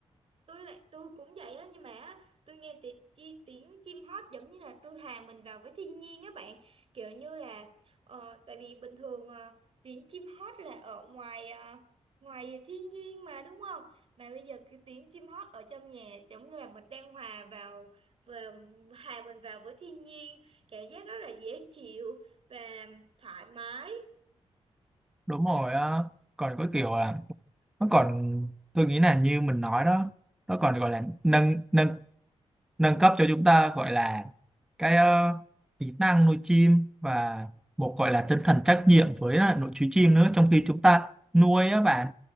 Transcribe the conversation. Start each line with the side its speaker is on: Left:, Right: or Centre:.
Right: tôi lại tôi cũng vậy á nhưng mà á, tôi nghe tiếng ti, tiếng chim hót giống như là tôi hòa mình vào với thiên nhiên á bạn kiểu như là ờ, tại vì bình thường ờ, tiếng chim hót là ở ngoài ờ, ngoài thiên nhiên mà đúng không mà bây giờ cái tiếng chim hót ở trong nhà giống như là mình đang hòa vào và hòa mình vào với thiên nhiên cảm giác rất là dễ chịu và thoải mái
Centre: Đúng rồi á. Còn có kiểu là nó còn tôi nghĩ là như mình nói đó nó còn gọi là nâng nâng nâng cấp cho chúng ta gọi là cái ờ, kỹ năng nuôi chim và một gọi là tinh thần trách nhiệm với lại nội chú chim nữa trong khi chúng ta nuôi á bạn